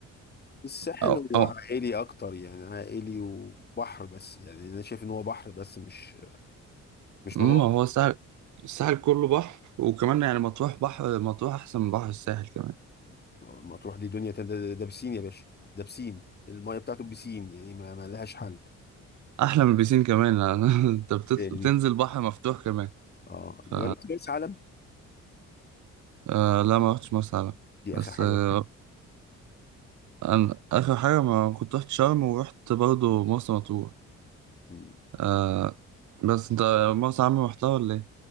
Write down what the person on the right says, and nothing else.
أو,
أو
ما
هو الساحل الساحل كله بحر وكمان يعني مطروح بحر مطروح احسن من بحر الساحل كمان
احلى من البيسين كمان <laughs> انت بتطل...
بتنزل بحر مفتوح كمان
ف
آه لا ما رحتش مرسى علم
بس
آه
انا اخر حاجه ما كنت رحت شرم ورحت برضه مرسى مطروح
آه بس انت مرسى علم رحتها ولا ايه